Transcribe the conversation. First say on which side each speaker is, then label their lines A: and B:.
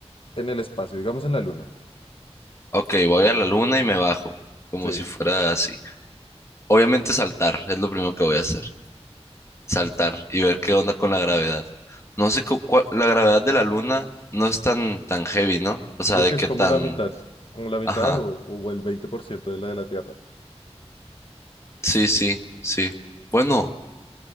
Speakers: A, on the left; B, on the left.
A: en el espacio, digamos en la luna?
B: Ok, voy a la luna y me bajo, como
A: Sí.
B: si fuera así. Obviamente saltar, es lo primero que voy a hacer, saltar y ver qué onda con la gravedad. No sé, cu- cuál- la gravedad de la luna no es tan, tan heavy, ¿no? O sea,
A: Creo
B: de
A: que
B: qué
A: es como
B: tan...
A: la mitad, como la mitad
B: Ajá,
A: o, o el veinte por ciento de la de la Tierra.
B: sí, sí, sí. Bueno,